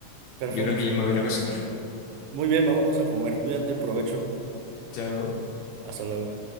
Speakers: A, on the right (about 80°); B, on the left (about 75°).
A: Perfecto.
B: yo creo que ya me voy a ir a cocinar.
A: Muy bien, vámonos a comer. Cuídate, provecho.
B: Chao.
A: Hasta luego.